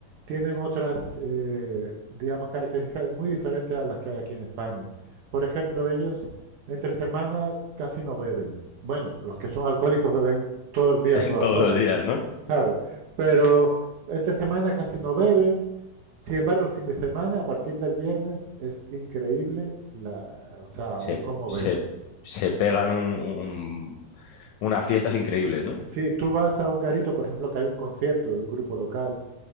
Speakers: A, on the right (about 75°); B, on the left (about 80°).
A: tienen otras, eh, digamos, características muy diferentes a las que hay aquí en España. Por ejemplo, ellos entre semana casi no beben. Bueno, los que son alcohólicos beben todo el día,
B: <laughs>
A: todas
B: Todos
A: horas.
B: los días, ¿no?
A: Claro, pero entre semana casi no beben. Sin embargo, el fin de semana, a partir del viernes, es increíble la, o sea,
B: Se,
A: cómo
B: se,
A: beben.
B: se pegan un, un- unas fiestas increíbles, ¿no?
A: Si tú vas a un garito, por ejemplo, que hay un concierto de un grupo local